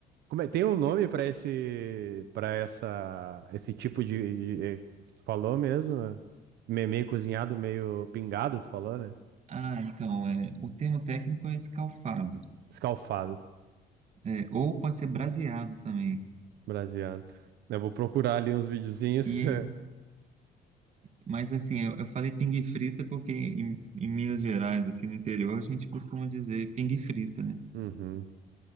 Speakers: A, on the right; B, on the right.
A: Como é- Tem um nome pra esse para essa esse tipo de, de- é, que tu falou mesmo? é? Me- Meio cozinhado, meio pingado, tu falou, né?
B: Ah, então, é, o termo técnico é escalfado.
A: Escalfado,
B: É, ou pode ser braseado também.
A: braseado. Eu vou procurar ali uns videozinhos.
B: E, aí-
A: <laughs>
B: mas assim, eu, eu falei pingue frita porque em, em Minas Gerais, assim, no interior, a gente costuma dizer pingue frita, né?
A: Uhum.